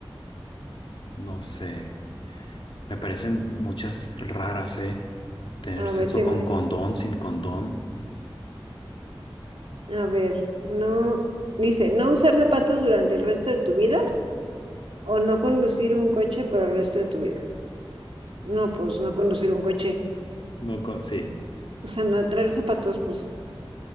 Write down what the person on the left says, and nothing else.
no sé. Me parecen muchas raras, ¿eh? Tener
sexo
con
condón, sin condón.
No con... Sí.